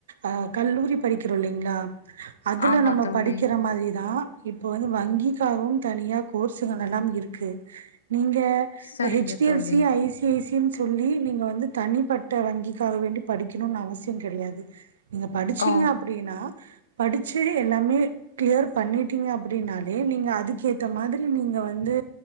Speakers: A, on the right; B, on the left.
A: ஆஹ் கல்லூரி படிக்கிறோ இல்லிங்ளா அதுல
B: ஆமா
A: நம்மோ
B: தோழி.
A: படிக்கிற மாரிதான் இப்போ வந்து வங்கிக்காகவும் தனியா கோர்ஸுகளெல்லாம் இருக்கு நீங்க
B: சரிங்க
A: ஹெச் டி
B: தோழி.
A: எஃப் C I C I C ன் சொல்லி நீங்க வந்து தனிப்பட்ட வங்கிக்காக வேண்டி படிக்கிணுன் அவசியம் கெடியாது நீங்க படிச்சீங்க
B: ஓ!
A: அப்டின்னா படிச்சு எல்லாமே கிளியர் பண்ணிட்டீங்க அப்டின்னாலே நீங்க அதுக்கு ஏத்த மாதிரி நீங்க வந்து